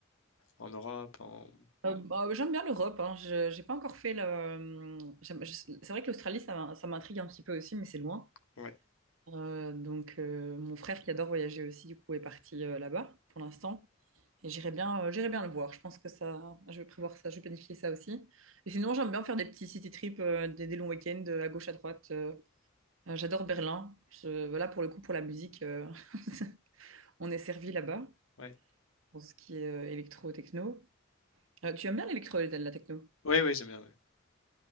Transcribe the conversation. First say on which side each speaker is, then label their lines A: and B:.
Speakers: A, on the left (about 80°); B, on the right (about 75°).
A: en Europe en
B: Euh, bah, j'aime bien l'Europe. Hein. Je- j'ai pas encore fait le. j'aime- je- C'est vrai que l'Australie, ça, m'in- ça m'intrigue un petit peu aussi, mais c'est loin.
A: ouais
B: Euh, donc euh, mon frère qui adore voyager aussi du coup est parti euh, là-bas pour l'instant et j'irai bien euh, j'irai bien le voir. Je pense que ça je vais prévoir ça, je vais planifier ça aussi. Et sinon j'aime bien faire des petits city trips, euh, des, des longs week-ends euh, à gauche à droite. euh. Euh, j'adore Berlin. Je- voilà pour le coup pour la musique euh, <laughs> on est servi là-bas
A: ouais
B: pour ce qui est euh, électro techno. Euh, tu aimes bien l'électro la la techno?
A: oui oui j'aime bien ouais.